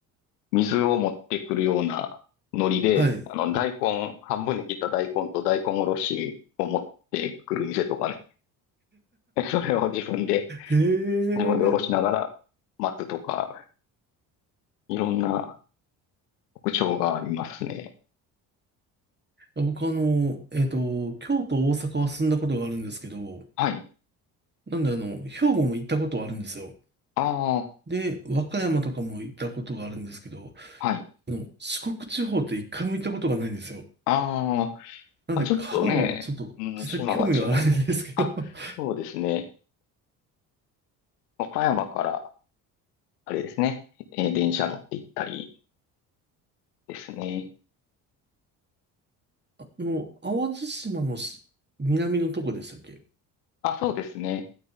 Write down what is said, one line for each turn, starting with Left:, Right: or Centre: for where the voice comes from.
Left: う水を持ってくるようなノリで、
Right: はい。
Left: あの、大根、半分に切った大根と大根おろしを持ってくる店とかね。<laughs> でそれを自分で、
Right: へえ。
Left: 自分でおろしながら待つとか、いろんな特徴がありますね。
Right: 僕あの、えっと、京都、大阪は住んだことがあるんですけど、
Left: はい。
Right: なんであの、兵庫も行ったことはあるんですよ。
Left: ああ、
Right: で、和歌山とかも行ったことがあるんですけど、
Left: はい。
Right: あの、四国地方って一回も行ったことがないんですよ。
Left: あー
Right: なんで、
Left: まあ、ちょっとね、
Right: 香川はちょっと、
Left: うん、
Right: 実際興味はあるんですけど、
Left: 島が違うので。あ、
Right: <laughs>
Left: そうですね。岡山から、あれですね、えー電車乗って行ったりですね。
Right: あの、淡路島のし南のとこでしたっけ
Left: あ、そうですね。